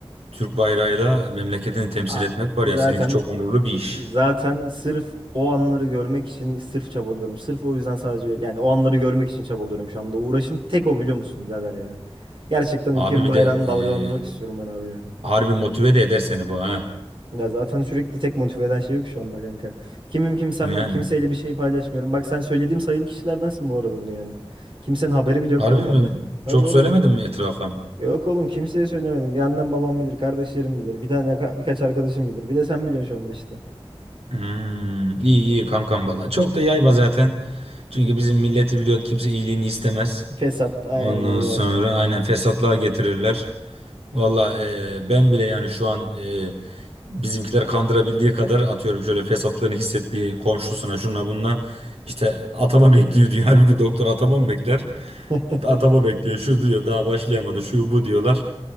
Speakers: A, on the right; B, on the right.
A: Türk bayrağıyla memleketini temsil
B: A-
A: etmek var
B: Zaten
A: ya. Seninki çok onurlu bir iş.
B: zaten sırf o anları görmek için sırf çabalıyorum. Sırf o yüzden sadece yani o anları görmek için çabalıyorum şu anda. Uğraşım tek o biliyor musun birader ya. Gerçekten ülkemin
A: Abi bir
B: bayrağını
A: de
B: dalgalandırmak istiyorum
A: e,
B: ben abi ya.
A: harbi motive de eder seni bu ha.
B: Ya zaten sürekli tek motive eden şey yok şu anda kanka. Kimim kimsem
A: Yani.
B: yok. Kimseyle bir şey paylaşmıyorum. Bak sen söylediğim sayılı kişilerdensin bu arada bunu yani. Kimsenin haberi bile yok
A: Harbi
B: normalde.
A: mi?
B: Tabii
A: Çok
B: oğlum.
A: söylemedim mi etrafa?
B: Yok oğlum kimseye söylemedim. Bir annem babam bilir. Kardeşlerim bilir. Bir tane ka- birkaç arkadaşım bilir. Bir de sen biliyorsun şu anda işte.
A: Hmm, iyi iyi kankam valla. Çok da yayma zaten. Çünkü bizim milleti biliyorsun kimse iyiliğini istemez.
B: Fesat. Aynen
A: Ondan
B: öyle
A: sonra
B: abi.
A: aynen fesatlığa getirirler. Valla e, ben bile yani şu an e, bizimkiler kandırabildiği kadar atıyorum şöyle fesatlığını hissettiği komşusuna şuna bununla işte atama bekliyor diyor. <laughs> Halbuki doktor atama mı bekler?
B: <laughs>
A: Atama bekliyor şu diyor daha başlayamadı şu bu diyorlar.